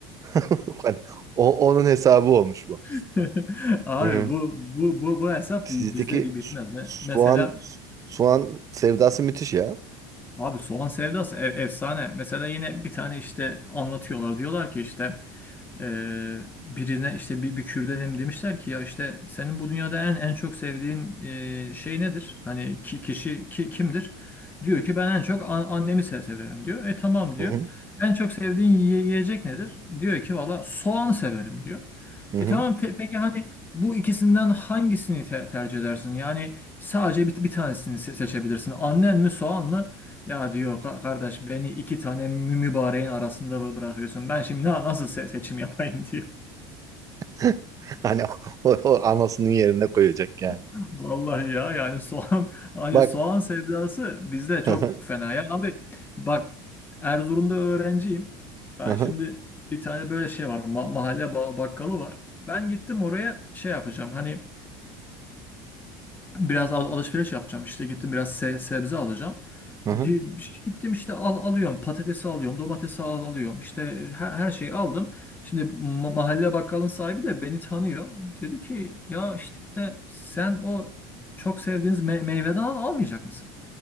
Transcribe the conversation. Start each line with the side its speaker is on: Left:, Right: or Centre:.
Right: <laughs> O, onun hesabı olmuş bu.
Left: <laughs> Abi
Right: Hı.
Left: bu bu bu bu hesap
Right: Sizdeki
Left: bi- bizde bir bitmez.
Right: su-
Left: Me-
Right: soğan
Left: Mesela
Right: soğan sevdası müthiş ya.
Left: Abi soğan sevdası e- efsane. Mesela yine bir tane işte anlatıyorlar. Diyorlar ki işte e, birine işte bir, bir Kürdenim demişler ki ya işte senin bu dünyada en en çok sevdiğin e, şey nedir? Hani ki, kişi ki, kimdir? Diyor ki ben en çok an- annemi se- severim diyor. E tamam diyor.
Right: Hı hı.
Left: En çok sevdiğin yiye- yiyecek nedir? Diyor ki valla soğanı severim diyor.
Right: Hı
Left: E
Right: hı.
Left: tamam pe- peki hani bu ikisinden hangisini te- tercih edersin? Yani sadece bir, bir tanesini se- seçebilirsin. Annen mi soğan mı? Ya diyor "Ka- kardeş beni iki tane mü- mübareğin arasında bı- bırakıyorsun. Ben şimdi na- nasıl se- seçim yapayım diyor.
Right: <laughs> Hani o, o anasının yerine koyacak yani.
Left: <laughs> Vallahi ya yani soğan hani
Right: Bak.
Left: soğan sevdası bizde çok
Right: Hı hı.
Left: fena ya. Abi bak Erzurum'da öğrenciyim. Ben
Right: Hı hı.
Left: şimdi bir tane böyle şey var ma- mahalle ba- bakkalı var. Ben gittim oraya şey yapacağım hani Biraz al- alışveriş yapacağım işte gittim biraz se- sebze alacağım.
Right: Hı hı.
Left: Di- işte Gittim işte al alıyorum patatesi alıyorum domatesi al alıyorum işte e, her, her şeyi aldım. Şimdi ma- mahalle bakkalın sahibi de beni tanıyor. Dedi ki ya işte sen o çok sevdiğiniz me- meyveden al almayacak mısın?